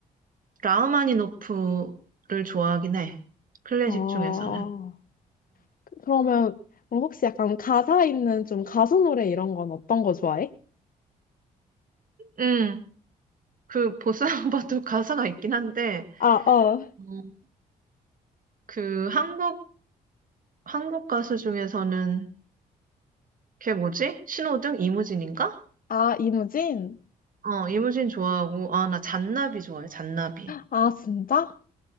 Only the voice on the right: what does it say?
라흐마니노프를 좋아하긴 해. 클래식
중에서는.
응. 그 보사노바도 <laughs> 가사가 있긴 한데
음. 그 한국 한국 가수 중에서는 걔 뭐지? 신호등 이무진인가?
어 이무진 좋아하고 아 나 잔나비 좋아해 잔나비.